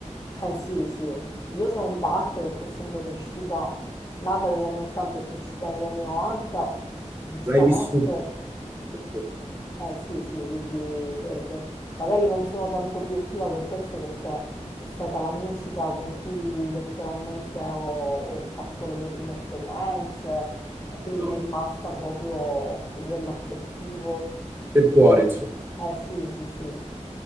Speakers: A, on the left (about 30°); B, on the right (about 15°).
A: Eh sì, sì, io sono di parte perché essendo cresciuta, nata negli anni 80 e cresciuta negli anni 90, giustamente
B: L'hai vissuto, certo.
A: Eh sì, sì, quindi de- de- magari non sono tanto obiettiva per questo perché è stata la musica con cui letteralmente ho, ho fatto le mie prime esperienze e quindi
B: No,
A: mi è rimasta proprio a livello affettivo.
B: del cuore,
A: Eh,
B: insomma.
A: eh sì, sì, sì,